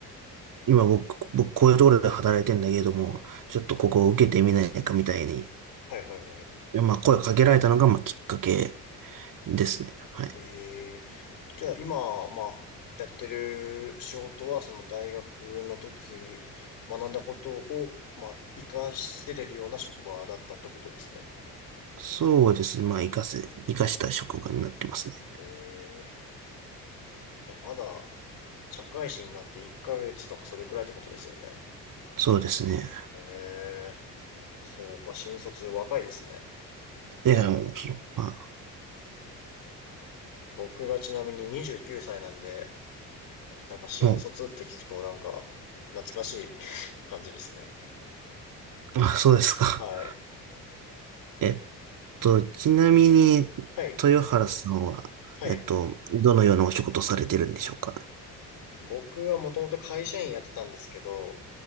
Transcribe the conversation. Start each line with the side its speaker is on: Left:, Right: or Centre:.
Right: 今僕、僕こういうところで働いてんだけれども、ちょっとここを受けてみないかみたいに、
Left: はい、はい、は
Right: まあ声をかけられたのが、まあきっかけですね。はい。
Left: い。ええじゃあ今、まあ、やってる仕事は、その大学の時、学んだことを、まあ、活かせれるような職場だったってことですね。
Right: そうですね。まあ、活かせ、活かした職場になってますね。
Left: ええじゃあまだ、社会人になって1ヶ月とかそれくらいってことですよね。
Right: そうですね。
Left: ええそうか、新卒若いですね。
Right: いや、もう、ま
Left: 僕がちなみに29歳なんで、なんか新卒って聞くとなんか懐かしい
Right: あ、も
Left: <laughs> 感じですね。
Right: う、あ、そうですか。
Left: はい。
Right: <laughs> えっと、ちなみに、
Left: はい。
Right: 豊原さんは、
Left: はい。
Right: えっと、どのようなお仕事をされてるんでしょうか
Left: 僕はもともと会社員やってたんですけど、